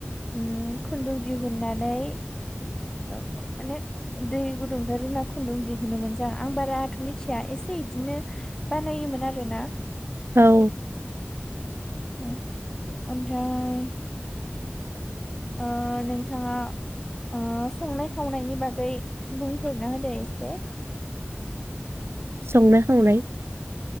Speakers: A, on the left (about 15°); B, on the right (about 70°).
A: उम खुन्दुं दिहुननानै ओ खु माने दै गुदुंनिफाय रुना खुन्दुं दिहुनोमोन जां आं बाराथ' मिथिया एसे इदिनो बानायोमोन आरोना।
B: औ
A: ओ ओमफ्राय ओ नोंथाङा ओ संनाय खावनायनि बागै बुंफोरना होदो एसे।
B: संनाय खावनाय